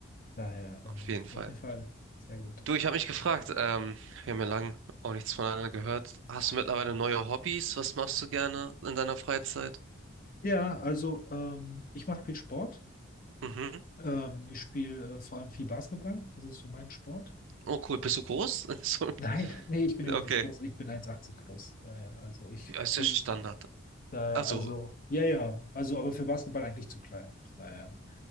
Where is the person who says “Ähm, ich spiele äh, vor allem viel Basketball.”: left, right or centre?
Left